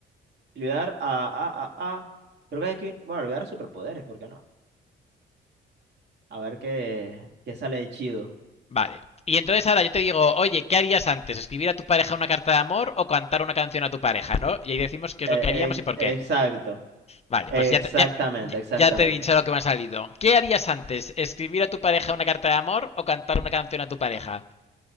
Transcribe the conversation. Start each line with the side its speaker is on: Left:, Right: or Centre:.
Right: le voy a dar a, a, a, a- creo que aquí, bueno, le voy a dar superpoderes, ¿por qué no? A ver qué, qué sale de chido.
Left: Vale. Y entonces ahora yo te digo, oye, ¿qué harías antes? ¿Escribir a tu pareja una carta de amor o cantar una canción a tu pareja, no? Y ahí decimos qué es
Right: Eh,
Left: lo que haríamos
Right: ex-
Left: y por
Right: exacto,
Left: qué. Vale,
Right: exactamente,
Left: pues ya te, ya,
Right: exactamente.
Left: ya te he dicho lo que me ha salido. ¿Qué harías antes? ¿Escribir a tu pareja una carta de amor o cantar una canción a tu pareja?